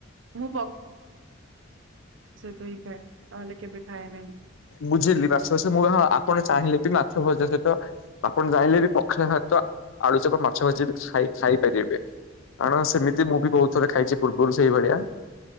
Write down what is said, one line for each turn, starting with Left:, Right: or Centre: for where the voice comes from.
Right: ମୁଁ ପା ନହେଲେ କେବେ ଖାଏ ନାହିଁ।
Left: ବୁଝିଲି <unintelligible> ମୁଁ ଜଣ ଆ ଆପଣ ଚାହିଁଲେ ବି ମାଛ ଭଜା ସହିତ ଆପଣ ଚାହିଁଲେ ବି ପଖାଳ ସହିତ ଆଳୁଚକ ମାଛ ଭଜି ଖାଇ ଖାଇପାରିବେ କାରଣ ସେମିତି ମୁଁ ବି ବହୁତ ଥରେ ଖାଇଛି ପୂର୍ବରୁ ସେଇଭଳିଆ